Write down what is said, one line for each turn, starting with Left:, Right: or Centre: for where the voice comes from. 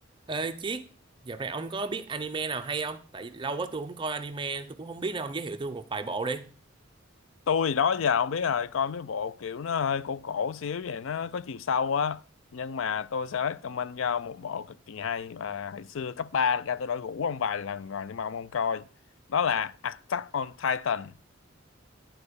Right: Ê Chiết, dạo này ông có biết anime nào hay không? Tại vì lâu quá tôi không coi anime, tôi cũng không biết nên ông giới thiệu tôi một vài bộ đi.
Left: tôi đó giờ không biết rồi coi mấy bộ kiểu nó hơi cổ cổ xíu vậy nó có chiều sâu á nhưng mà tôi sẽ recommend cho ông một bộ cực kỳ hay mà hồi xưa cấp 3 ra tôi đã rủ ông vài lần rồi nhưng mà ông không coi đó là Attack on Titan